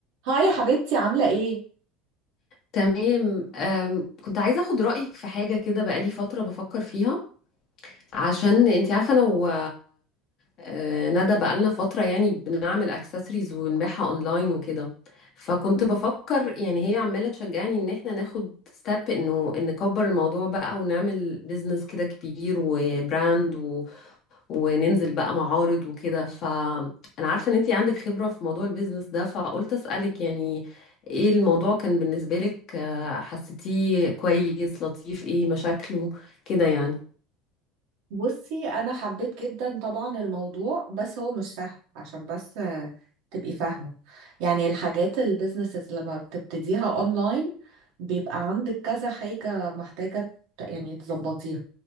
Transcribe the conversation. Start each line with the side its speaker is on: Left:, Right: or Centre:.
Right: هاي يا حبيبتي عاملة ايه؟
Left: تمام أم كنت عايزة أخد رأيك في حاجة كده بقالي فترة بفكر فيها عشان أنت عارفة أنا و آه، ندى بقالنا فترة يعني بنعمل أكسسوارز ونبيعها أونلاين وكده فكنت
Right: مم.
Left: بفكر يعني هي عمالة تشجعني إن إحنا ناخد ستيب إنه إن نكبر الموضوع بقى ونعمل بيزنس كده كبير وبراند وننزل بقى معارض وكده فانا عارفة ان انتي عندك خبرة في موضوع البيزنس ده فقلت اسألك يعني ايه الموضوع كان بالنسبة لك آه، حسيتيه كويس لطيف ايه مشاكله كده يعني
Right: بصي انا حبيت جدا طبعا الموضوع بس هو مش سهل عشان بس آه، تبقي فاهمة يعني الحاجات البيزنسز لما بتبتديها اونلاين بيبقى عندك كذا حاجة محتاجة ت- يعني تظبطيها